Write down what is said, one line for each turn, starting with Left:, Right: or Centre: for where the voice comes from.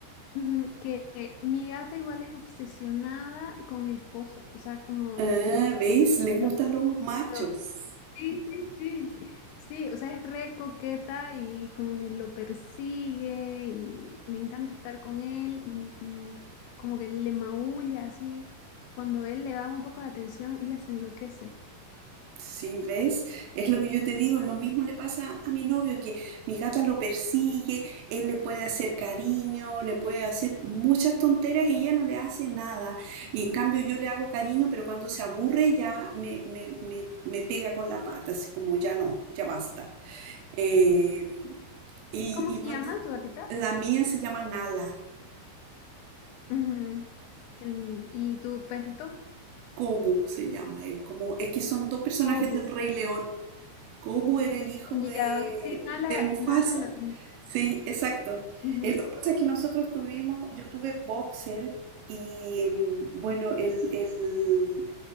Left: ujú, que, que mi gata igual es obsesionada con mi esposo. O sea, como
Right: ah, ¿ves? Le gustan
Left: lo...
Right: los machos.
Left: pero- sí, sí, sí. Sí, o sea, es re coqueta y como que lo persigue y le encanta estar con él y, y como que le maulla así. Cuando él le da un poco de atención, ella se enloquece.
Right: Sí, ¿ves? Es lo que yo te digo, lo mismo le pasa a mi novio, que mi gata lo persigue, él le puede hacer cariño, le puede hacer muchas tonteras y ella no le hace nada. Y en cambio yo le hago cariño, pero cuando se aburre ya me, me, me, me pega con la pata, así como ya no, ya basta. Eh, y
Left: ¿Cómo
Right: y
Left: se
Right: ponte-
Left: llama tu gatita?
Right: la mía se llama Nala,
Left: Ujú, Qué lindo. ¿Y tu perrito?
Right: Kobu se llama él, como es que son dos personajes
Left: Oh,
Right: del Rey León. Goku era el hijo de,
Left: ya, ok. Sí, Nala,
Right: de Mufasa.
Left: Nala, la-
Right: Sí, exacto.
Left: ujú,
Right: Eh, lo que pasa es que nosotros tuvimos, yo tuve boxer y mm, bueno, el, el,